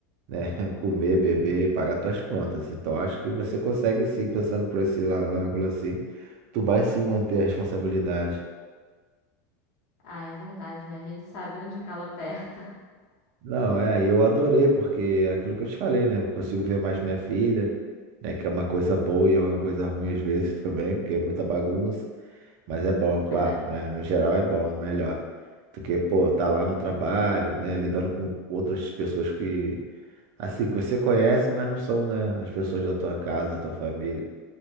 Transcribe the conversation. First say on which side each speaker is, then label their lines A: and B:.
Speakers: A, on the right (about 40°); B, on the left (about 50°).
A: né? <laughs> Comer, beber, pagar tuas contas. Então acho que você consegue sim, pensando por esse ângulo assim, tu vai sim manter a responsabilidade.
B: Ah, é verdade, né? A gente sabe onde o calo aperta.
A: Não, é, e eu adorei, porque é aquilo que eu te falei, né? Eu consigo ver mais minha filha, né? Que é uma coisa boa e é uma coisa ruim às vezes <laughs> também, porque é muita bagunça. Mas é bom, claro,
B: <laughs>
A: né? No geral é bom, é melhor. Porque, pô, tá lá no trabalho, né? Lidando com outras pessoas que, assim, que você conhece, mas não são, né? As pessoas da tua casa, da tua família.